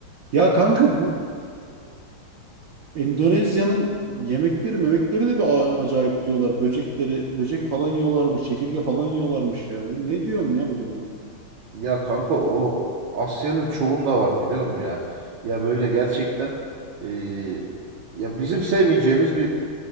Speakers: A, on the right; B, on the right.
A: Ya kanka bu e, Endonezya'nın yemekleri memekleri de bir a- acayip diyorlar. Böcekleri böcek falan yiyorlarmış, çekirge falan yiyorlarmış ya. Bu ne diyorsun ya bu duruma?
B: ya kanka o Asya'nın çoğunda var biliyor musun ya? Ya böyle gerçekten eee, ya bizim sevmeyeceğimiz bir